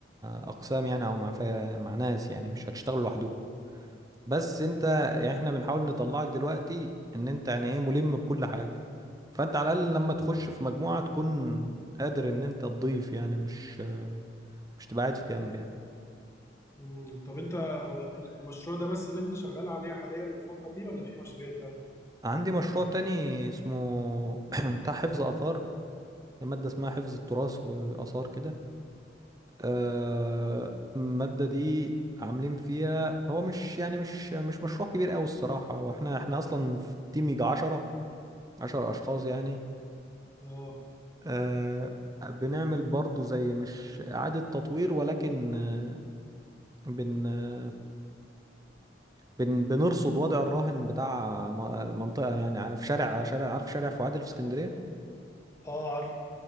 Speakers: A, on the right (about 20°); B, on the left (about 15°).
A: اقسام يعني او مع فا- مع ناس يعني مش هتشتغلوا لوحدكم بس انت يعني احنا بنحاول نطلعك دلوقتي ان انت يعني ايه ملم بكل حاجة فانت على الاقل لما تخش في مجموعة تكون قادر ان انت تضيف يعني مش مش تبقى قاعد في جنب يعني
B: مم، طب انت هو المشروع ده بس اللي انت شغال عليه حاليا الفتره دي ولا في مشاريع تانية؟
A: عندي مشروع تاني اسمه <clears throat> بتاع حفظ آثار مادة اسمها حفظ التراث وآثار كده آه، المادة دي عاملين فيها هو مش يعني مش مش مشروع كبير أوي الصراحة هو احنا احنا أصلا في تيم يجي عشرة عشر أشخاص يعني
B: اه
A: آه، بنعمل برضو زي مش إعادة تطوير ولكن آه، بن آه، بن بنرصد وضع الراهن بتاع م- منطقة يعني في شارع شارع عارف شارع فؤاد اللي في اسكندرية
B: اه عارف